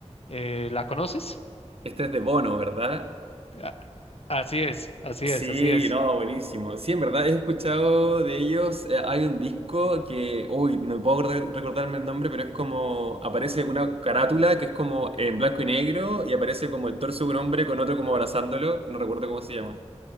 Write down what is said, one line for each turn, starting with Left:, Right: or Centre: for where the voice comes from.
Left: Eh, ¿la conoces?
Right: Este es de Bono, ¿verdad?
Left: A- así es, así
Right: Sí,
Left: es, así es.
Right: no, buenísimo. Sí, en verdad, he escuchado de ellos, eh, hay un disco que, uy, no puedo re- recordarme el nombre, pero es como, aparece una carátula que es como en blanco y negro y aparece como el torso de un hombre con otro como abrazándolo, no recuerdo cómo se llama.